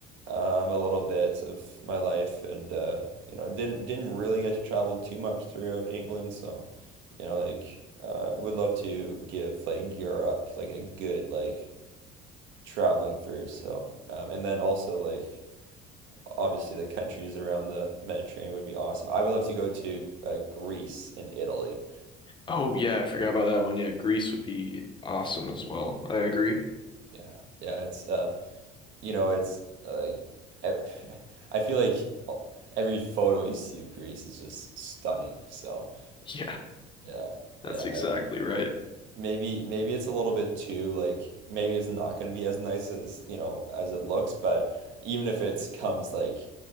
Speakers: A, on the right; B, on the left.
A: um, a little bit of my life, and uh, you know, didn't didn't really get to travel too much throughout England. So, you know, like uh, would love to give like Europe like a good like traveling through. So, um, and then also like obviously the countries around the Mediterranean would be awesome. I would love to go to uh, Greece and Italy.
B: Oh yeah, I forgot about that one. Yeah, Greece would be awesome as well. I agree. <laughs>
A: Yeah, yeah, it's uh, you know, it's uh, like e- <laughs> I feel like every photo you see of Greece is just stunning. So
B: Yeah,
A: yeah,
B: that's
A: yeah.
B: exactly right.
A: Maybe maybe it's a little bit too like maybe it's not going to be as nice as you know as it looks, but even if it comes like